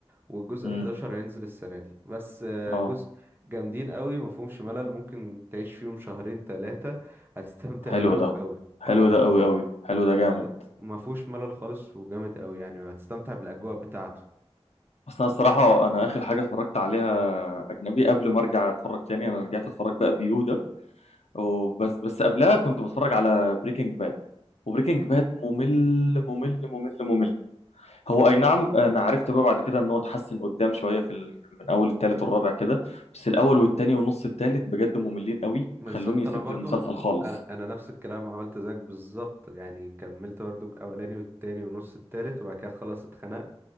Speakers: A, on the right; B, on the left.
A: والجزء
B: امم
A: الحداشر هينزل السنة دي بس آه،
B: اه
A: جزء جامدين قوي مفهومش ملل ممكن تعيش فيهم شهرين تلاتة هتستمتع
B: حلو
A: بيهم قوي
B: ده حلو
A: اه
B: ده قوي قوي حلو ده
A: بالظبط
B: جامد
A: ما فيهوش ملل خالص وجامد قوي يعني هتستمتع بالاجواء بتاعته
B: اصل انا الصراحه انا اخر حاجه اتفرجت عليها اجنبي قبل ما ارجع اتفرج تاني انا رجعت اتفرج بقى بيو ده وبس بس قبلها كنت بتفرج على بريكنج باد وبريكنج باد ممل ممل ممل ممل هو اي نعم انا عرفت بقى بعد كده ان هو اتحسن قدام شويه في ال... من اول التالت والرابع كده بس الاول والتاني ونص التالت بجد مملين قوي
A: بالظبط
B: خلوني سبت
A: انا برضو
B: المسلسل خالص
A: انا انا نفس الكلام عملت زيك بالظبط يعني كملت برضو الاولاني والتاني ونص التالت وبعد كده خلاص اتخنقت